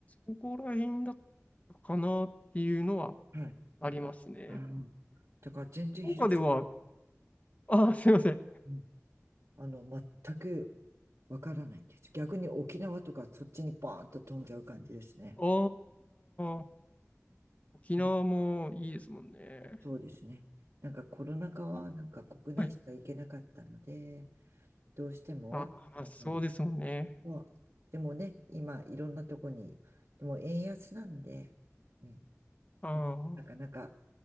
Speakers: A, on the left (about 25°); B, on the right (about 70°).
A: そこら辺だったかなっていうのは
B: はい。
A: ありますね。
B: あのだから全然広し、
A: 福岡では、あー、すいません。
B: うん、あの、全くわからないんです。逆に沖縄とかそっちにバーンと飛んじゃう感じですね。
A: あー、沖縄もいいですもんね。
B: だからそうですね。なんかコロナ禍はなんか国内しか行けなかったので、
A: こはい。
B: どうしても、
A: あー、まあ、そうですもんね。
B: うん、まあでもね、今いろんなとこに、でも円安なんで、うん、
A: あー、
B: なかなか